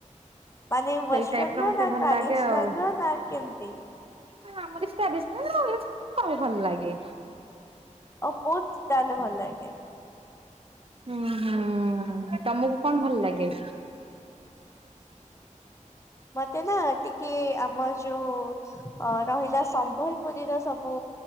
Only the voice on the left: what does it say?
ମାନେ ୱେଷ୍ଟର୍ଣ୍ଣ
ନା
ଟ୍ରାଡିସନାଲ
ର ନା କେମିତି?
ଅପୋତ ତାହଲେ ଭଲ ଲାଗେ।
ମତେ ନା ଟିକେ ଆମର ଯୋଉ ଅ ରହିଲା ସମ୍ବଲପୁରୀର ସବୁ